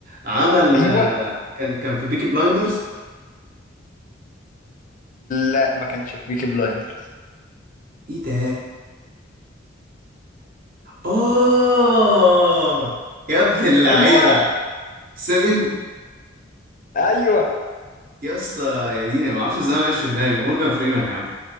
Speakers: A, on the right; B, on the left.
A: عمل
B: ايوه
A: آه، كان كان في بيكي بلايندرز
B: لا ما كانش في بيكي بلايندر
A: ايه ده اه يا ابن اللعيبه
B: ايوه
A: سيفن
B: ايوه
A: يا اسطى يا دينا ما اعرفش ازاي ما جاش في دماغي مورجان فريمان يا عم